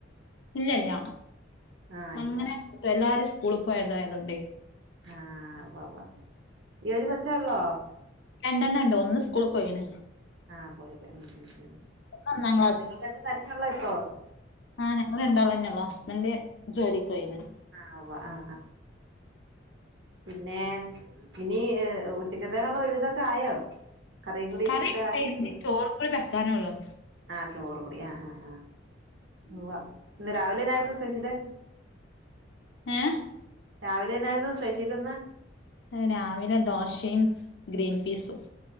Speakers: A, on the left; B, on the right.
A: ഇല്ല ഇല്ല
B: ആഹ്
A: അങ്ങനെ
B: ഇല്ല
A: എല്ലാരും സ്കൂളിൽ പോയതായതുകൊണ്ടെ
B: ആഹ് ഉവ്വ ഉവ്വ ഈ ഒരു കൊച്ചെ ഒള്ളോ
A: രണ്ടെണം ഉണ്ട് ഒന്ന് സ്കൂളിൽ പോയിന്
B: ആഹ് പോയി പോയി ഉം ഉം ഉം
A: ഒന്ന് ഒന്നാം
B: അപ്പൊ നിങ്ങൾ രണ്ടും തന്നെ ഓളോ ഇപ്പൊ
A: ആഹ് ഞങ്ങൾ രണ്ടാളും തന്നെയ ഉള്ളൂ ഹസ്ബൻഡറ് ജോലിക്ക് പോയിന്
B: ആഹ് ആഹ് ആഹ് പിന്നെ ഇനി ഉച്ചക്ക്ത്തനുള്ള ഒരുവിധൊക്കെ ആയോ കറിയും കൂടി
A: കറിയോക്കെ
B: ഒക്കെ ആക്കിയാ
A: ആയിനി
B: മതിയോ
A: ചോറ് കൂടി വെക്കാനോള്ളു
B: ആഹ് ചോറ്ക്കുടി ആഹ് ആഹ് ആഹ് ഉവ്വ ഇന്ന് രാവിലെന്നായിരുന്നു സ്പെഷ്യല്
A: ഏഹ്
B: രാവിലെ എന്തായിരുന്നു സ്പെഷീൽന്ന്
A: രാവിലെ ദോശയും ഗ്രീൻ പീസും